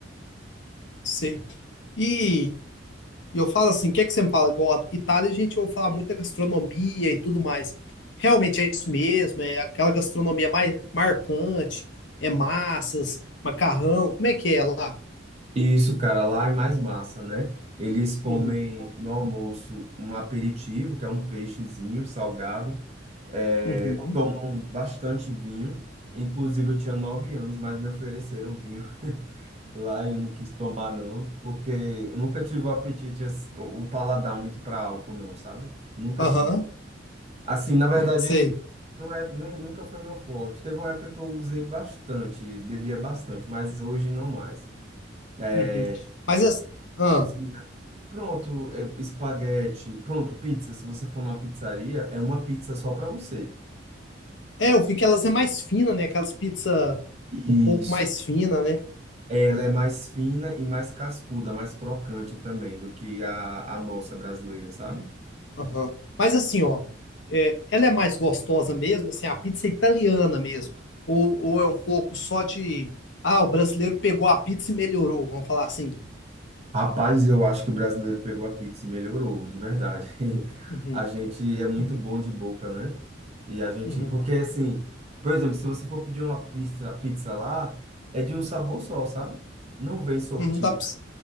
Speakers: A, on the left; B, on the right.
A: sei. E, e eu falo assim, o que é que você me fala? Igual, Itália, a gente ouve falar muito da gastronomia e tudo mais. Realmente é isso mesmo, é aquela gastronomia mais marcante, é massas, macarrão, como é que é lá?
B: E isso, cara, lá é mais massa, né? Eles comem
A: Uhum,
B: no almoço um aperitivo, que é um peixezinho salgado, eh,
A: uhum,
B: tomam bastante vinho. Inclusive, eu tinha nove anos, mas me ofereceram vinho. <laughs> Lá eu não quis tomar, não, porque eu nunca tive o apetite, assim, o o paladar muito para álcool, não, sabe? Nunca
A: aham,
B: tive. Assim, na verdade,
A: sei.
B: não é, nem, nunca foi meu forte. Teve uma época que eu usei bastante, bebia bastante, mas hoje não mais.
A: <laughs>
B: É,
A: Uhum. Mas as, ah,
B: Sim. aí, pronto, é, espaguete, pronto, pizza. Se você for numa pizzaria, é uma pizza só para você.
A: é, eu vi que elas é mais fina, né? Aquelas pizza
B: Isso.
A: um pouco mais fina, né?
B: Ela é mais fina e mais cascuda, mais crocante também do que a, a nossa brasileira, sabe?
A: Aham. Mas assim, ó, é, ela é mais gostosa mesmo, assim, a pizza é italiana mesmo. Ou, ou é um pouco só de, ah, o brasileiro pegou a pizza e melhorou, vamos falar assim.
B: Rapaz, eu acho que o brasileiro pegou a pizza e melhorou, de verdade. <laughs>
A: Uhum,
B: A gente é muito
A: uhum,
B: bom de boca, né? E a gente,
A: uhum,
B: porque assim, por exemplo, se você for pedir uma pizza, pizza lá, é de um sabor só, sabe? Não vem sortida,
A: uhum, dá pra-